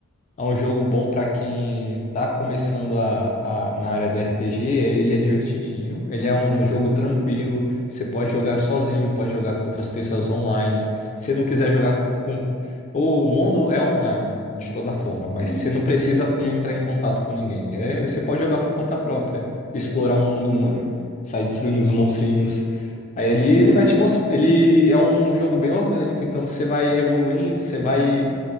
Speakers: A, on the left; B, on the right.
A: É um jogo bom pra quem tá começando a, a- na área do RPG. Ele é divertidinho, ele é um jogo tranquilo.
B: Uhum,
A: Você pode jogar sozinho, pode jogar com outras pessoas online. Se não quiser jogar com. O mundo é online, de toda forma, mas
B: uhum,
A: você não precisa entrar em contato com ninguém. É, você pode jogar por conta própria,
B: hum,
A: explorar o mundo,
B: uhum.
A: mo- sair destruindo os monstrinhos. Aí ali
B: <laughs>
A: ele vai te mostrar. Ele é um jogo bem orgânico, então você vai evoluindo, você vai